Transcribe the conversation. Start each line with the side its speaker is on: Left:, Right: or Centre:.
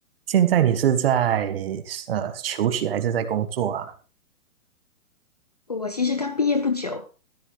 Right: 现在你是在呃求学还是在工作啊？
Left: 我其实刚毕业不久，